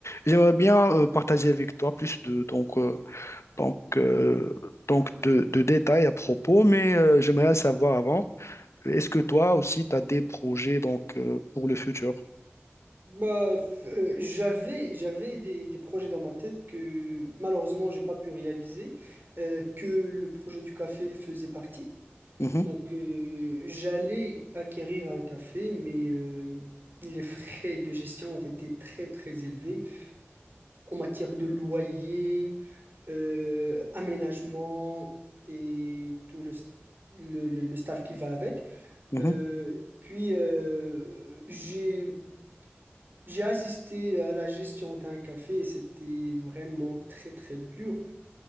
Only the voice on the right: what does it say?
Bah, f- euh, j'avais j'avais des, des projets dans ma tête que malheureusement j'ai pas pu réaliser, euh, que le projet du café faisait partie.
Donc euh, j'allais acquérir un café, mais euh, les frais de gestion ont été très très élevés. en matière de loyer, euh, aménagement et tout le, s- le, le- le staff qui va avec.
Euh, puis, euh, j'ai, j'ai assisté à la gestion d'un café et c'était vraiment très, très dur.